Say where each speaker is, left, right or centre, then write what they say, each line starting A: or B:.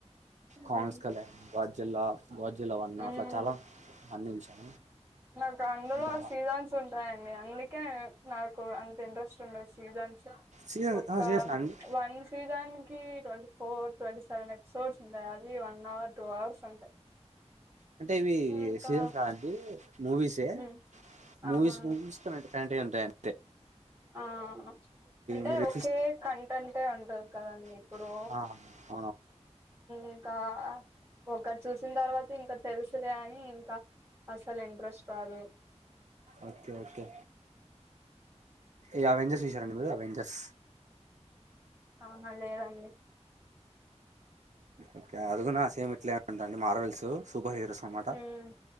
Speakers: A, on the right; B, on the right.
A: ఉమ్
B: కాంగ్స్ <unintelligible> గాడ్జిల్లా గాడ్జిల్లా వన్
A: ఉమ్
B: అట్లా చాలా ఉన్నాయ్ అన్ని చూసాను
A: నాకు అందులో
B: ఇంకా
A: సీజన్స్ ఉంటాయి అందుకే నాకు అంత ఇంట్రెస్ట్ ఉండదు సీజన్స్
B: సీజన్
A: ఒక
B: సీజన్స్ అండి
A: one season twenty four twenty seven episodes ఉంటాయ్ అది వన్ అవర్ టూ అవర్స్ ఉంటాయి
B: అంటే ఇవి
A: ఇంకా
B: సీజన్స్ కాదండి మూవీస్ ఏ
A: ఉమ్
B: మూవీస్
A: ఆహా
B: మూవీస్ అంటే ఉంటాయట
A: ఆ అంటే
B: మీరు
A: ఒకే కంటెంటే ఉంటది కదండి ఇప్పుడు
B: ఆ
A: ఇంకా ఒకటి చూసిన తర్వాత ఇంకా తెలుసులే అని ఇంకా అసలు ఇంట్రెస్ట్ రాదు
B: ఓకే ఓకే ఏ అవెంజర్స్ విషారాడి బ అవెంజర్స్
A: ఆహా లేదండి
B: ఓకే అదిగున్నా సేమ్ ఇట్లేంటండి మార్వెల్స్ సూపర్ హీరోస్ అనమాట
A: ఉమ్